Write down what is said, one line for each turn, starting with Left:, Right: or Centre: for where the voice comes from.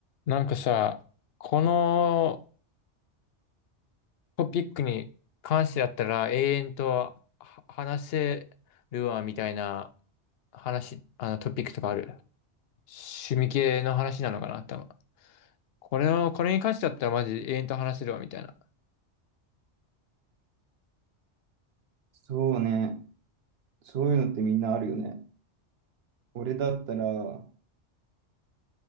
Left: なんかさ、このトピックに関してだったら永遠とは話せるわみたいな話、あのトピックとかある。趣味系の話なのかな、多分。これを、これに関してだったらマジ永遠と話せるわみたいな。
Right: そうね。そういうのってみんなあるよね。俺だったら、